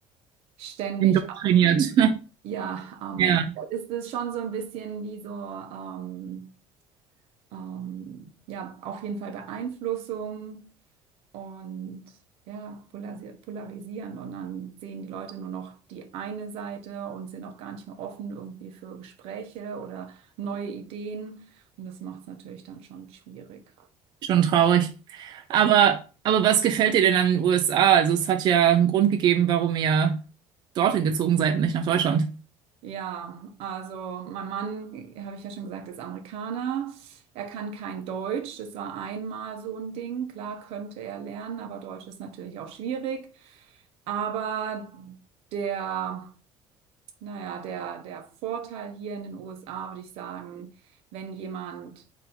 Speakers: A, on the right; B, on the right.
A: ständig
B: Indoktriniert.
A: am,
B: <laughs>
A: ja, am,
B: Ja,
A: ist es schon so ein bisschen wie so, ähm, ähm, ja, auf jeden Fall Beeinflussung und ja, polarisi- polarisieren. Und dann sehen die Leute nur noch die eine Seite und sind auch gar nicht mehr offen irgendwie für Gespräche oder neue Ideen. Und das macht es natürlich dann schon schwierig.
B: schon traurig. Aber, aber was gefällt dir denn an den USA? Also es hat ja einen Grund gegeben, warum ihr dorthin gezogen seid und nicht nach Deutschland.
A: Ja, also mein Mann, äh, habe ich ja schon gesagt, ist Amerikaner. Er kann kein Deutsch. Das war einmal so ein Ding. Klar könnte er lernen, aber Deutsch ist natürlich auch schwierig. Aber der, naja, der, der Vorteil hier in den USA, würde ich sagen, wenn jemand